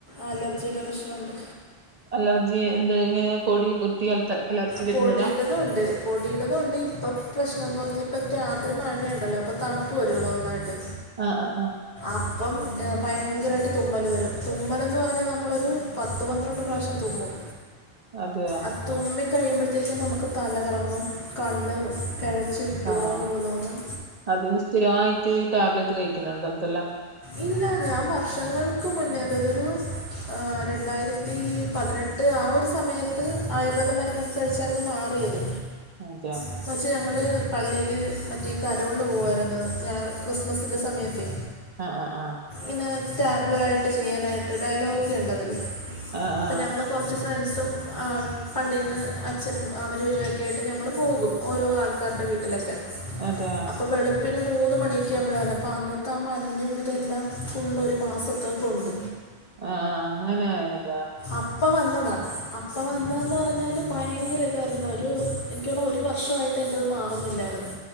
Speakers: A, on the left (about 45°); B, on the right (about 40°).
A: അലർജിടെ പ്രശ്ന്ണ്ട്
B: അലർജി എന്ത് ഇങ്ങനെ പൊടി കുത്തിയാൽത്തെ അലർജി വരുന്നതാ
A: പൊടിയിടതും ഒണ്ട് പൊടിയിടതും ഒണ്ട് ഇപ്പൊ പ്രശ്നം എന്ന് പറഞ്ഞാ ഇപ്പൊ രാത്രി മഴയുണ്ടല്ലോ അപ്പൊ തണ്പ്പ് വരുല്ലോ നന്നായിട്ട്
B: ആഹ് ആഹ് ആഹ്
A: അപ്പം ഏ പയങ്കരായിട്ട് തുമ്മല് വരും തുമ്മലന്ന് പറഞ്ഞാൽ നമ്മളൊരു പത്ത് പന്ത്രണ്ട് പ്രാവശ്യം തുമ്മും
B: അതെയ
A: അ തുമ്മി
B: ആഹ്
A: കഴിയുമ്പോഴത്തേക്കും നമുക്ക് തലകറങ്ങും കണ്ണ് കഴച്ചു വിട്ടു
B: ആഹ്
A: പോവുന്ന
B: ആഹ്
A: പോലതോന്നും
B: അതിന് സ്ഥിരമായിട്ട് ടാബ്ലറ്റ് കഴിക്കുന്നുണ്ട് എന്തല്ല
A: ഇല്ല ഞാൻ വർഷങ്ങൾക്ക് മുന്നേ അതതൊരു ആ രണ്ടായിരത്തി പതിനെട്ട് ആ ഒരു സമയത്ത് ആയുർവേദ മരുന്ന് കഴിച്ചായിരുന്നു മാറിയത്
B: അതെയാ
A: എന്ന് വച്ചാ ഞങ്ങള് പള്ളിയില് മറ്റേ കരോളിന് പോവാര്ന്നു ഞായറ് ക്രിസ്മസിന്റെ സമയത്തെ
B: ആഹ് ആഹ് ആഹ്
A: ഇങ്ങനെ ടാബ്ലു ആയിട്ട് ചെയ്യാനായിട്ട് ഡയലോഗൊക്കെ ഇണ്ടതില്
B: ആഹ്
A: അപ്പ
B: ആഹ്
A: ഞങ്ങള് കൊറച്ച് ഫ്രണ്ട്സും പള്ളീന്ന് അച്ഛനും അവരും ഇരൊക്കെ ആയിട്ട് ഞങ്ങള് പോകും. ഓരോ ആൾക്കാര്ടെ വീട്ടിലൊക്കെ
B: അതാ
A: അപ്പൊ വെളു പിന്നെ മൂന്ന് മണിയൊക്കെ ആകുമ്പള വരെന അപ്പ അന്നത്തെ. ആ മഞ്ഞും ഇതെല്ലാം ഫുള്ള് ഒരു മാസത്തഹ് തുണ്ട്.
B: ആഹ് അങ്ങനെ എത്ത്
A: അപ്പം വന്നതാ അപ് ഇപ്പ വന്നെതെന്ന് പറഞ്ഞാല് പയങ്കര ഇതായിരുന്നു. ഒരു എൻക്ക് തോന്ന്ണു ഒരു വർഷവായിട്ട് എൻ്റത് മാറുന്നില്ലായിരുന്നു.